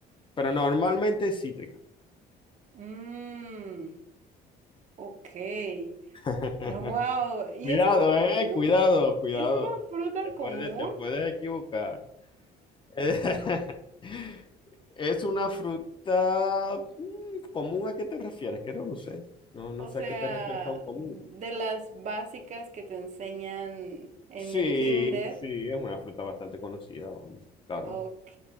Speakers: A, on the left; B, on the right.
A: pero normalmente es cítrica.
B: Mmm, ok.
A: <laughs>
B: Wow, ¿y
A: Cuidado,
B: es una,
A: eh,
B: fru-
A: cuidado, cuidado.
B: es una fruta
A: Te
B: común?
A: puedes, te puedes equivocar. <laughs> Es una fruta mm, común, ¿a qué te refieres? Que no lo sé. No, no
B: O
A: sé
B: sea,
A: a qué te refieres con común.
B: de las básicas que te enseñan en
A: Sí,
B: el kinder.
A: sí, es una fruta bastante conocida, vamos, claro.
B: Ok,